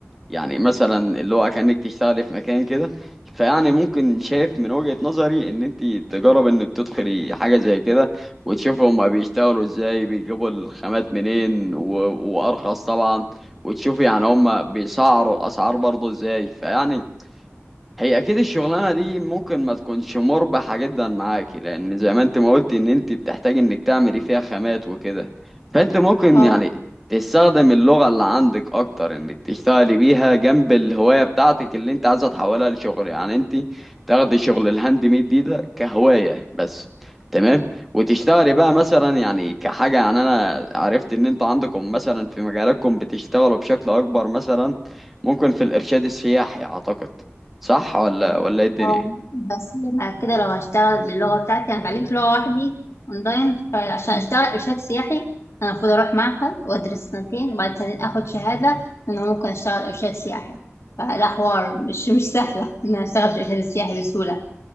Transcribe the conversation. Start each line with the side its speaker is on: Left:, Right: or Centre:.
Centre: يعني مثلا اللي هو كأنك تشتغلي في مكان كده فيعني ممكن شايف من وجهة نظري ان انت تجرب انك تدخلي حاجة زي كده وتشوفي هما بيشتغلوا ازاي بيجيبوا الخامات منين و... وارخص طبعا وتشوفي يعني هما بيسعروا الاسعار برضه ازاي فيعني هي اكيد الشغلانه دي ممكن ما تكونش مربحه جدا معاكي لان زي ما انت ما قلت ان انت بتحتاج انك تعملي فيها خامات وكده فانت ممكن
Left: اه
Centre: يعني تستخدم اللغه اللي عندك اكتر انك تشتغلي بيها جنب الهوايه بتاعتك اللي انت عايزه تحولها لشغل يعني انت تاخدي شغل الهاند ميد دي ده كهوايه بس تمام وتشتغلي بقى مثلا يعني كحاجه يعني انا عرفت ان انت عندكم مثلا في مجالكم بتشتغلوا بشكل اكبر مثلا ممكن في الارشاد السياحي اعتقد صح ولا ولا ايه الدنيا
Left: اه بس انا كده لو هشتغل باللغه بتاعتي انا اتعلمت لغه وحدي اونلاين فعشان اشتغل ارشاد سياحي انا المفروض اروح معهد وادرس سنتين وبعد سنتين اخد شهاده ان انا ممكن اشتغل ارشاد سياحي فده حوار مش مش سهله ان انا اشتغل في الارشاد السياحي بسهوله